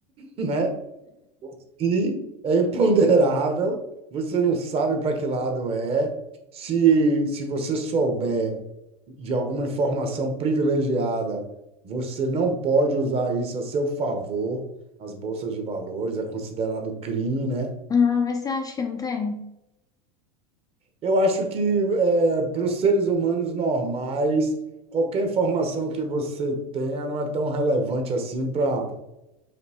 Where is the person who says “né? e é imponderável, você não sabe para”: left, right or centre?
Right